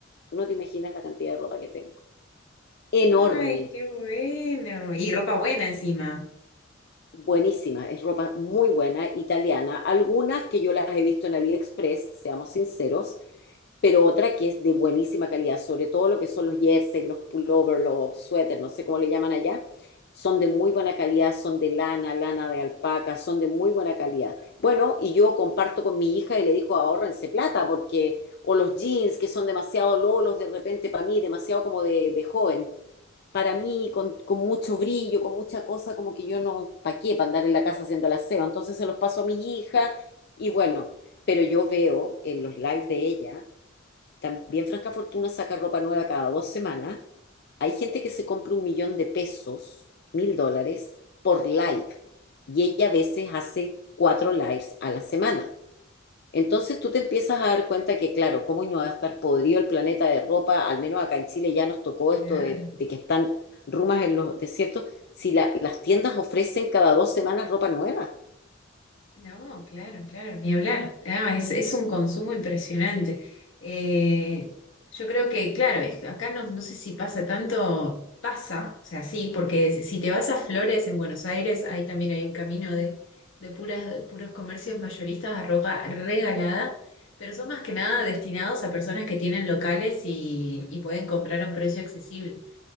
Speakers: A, on the left; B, on the left.
A: Tú no te imaginas la cantidad de ropa que tengo. Enorme,
B: Ay, qué bueno. Y ropa buena encima.
A: buenísima, es ropa muy buena, italiana. Algunas que yo las he visto en AliExpress, seamos sinceros, pero
B: Ujú,
A: otra que es de buenísima calidad, sobre todo lo que son los jerseys, los pullovers, los suéteres, no sé cómo le llaman allá, son
B: ujú.
A: de muy buena calidad, son de lana, lana de alpaca, son de muy buena calidad. Bueno, y yo comparto con mi hija y le digo, ahorrense plata, porque, o los jeans que son demasiado lolos de repente para mí, demasiado como de, de joven. Para mí, con, con mucho brillo, con mucha cosa, como que yo no, ¿para qué? Para andar en la casa haciendo el aseo. Entonces se los paso a mis hijas y bueno, pero yo veo en los lives de ella, también Franca Fortuna saca ropa nueva cada dos semanas. Hay gente que se compra un millón de pesos, mil dólares, por live. Y ella a veces hace cuatro lives a la semana. Entonces tú te empiezas a dar cuenta que, claro, cómo no va a estar podrido el planeta de ropa, al menos acá en Chile ya nos tocó
B: Claro.
A: esto de, de que están rumas en los desiertos, si la- las tiendas ofrecen cada dos semanas ropa nueva.
B: No, claro, claro, ni hablar. No, es, es un consumo impresionante. Eh, yo creo que, claro, es- acá no, no sé si pasa tanto, pasa, o sea, sí, porque si si te vas a Flores en Buenos Aires, ahí también hay un camino de, de puras, de puros comercios mayoristas a ropa regalada, pero son más que nada destinados a personas que tienen locales y, y pueden comprar a un precio accesible